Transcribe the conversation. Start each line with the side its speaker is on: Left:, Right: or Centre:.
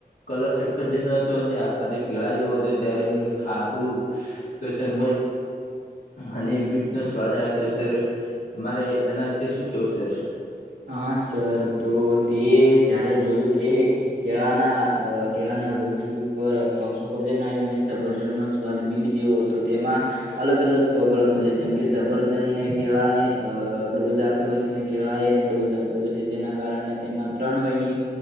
Left: કલર સફરજન ન હતો અને આખ જે કેળા જેવો હતો જયારે મેં ખાધું તો સર અને બીટ નો સ્વાદ આવે તો સર તમારે એના વિશે શું કેવું સર,
Right: હા સર તો તે જ્યારે જોયું કે કેળાના કેળાના વૃક્ષ ઉપર અસકજનુ સજ બીડ જેવો હતો તેમાં અલગ અલગ પ્રોબ્લેમ છે, જેમ કે સબરજનને કેળા ને અ ડોઝ આપ્યો છે, અને કેળા ડોઝ આપ્યો છે, જેના કારણે તેમાં ત્રણ વયની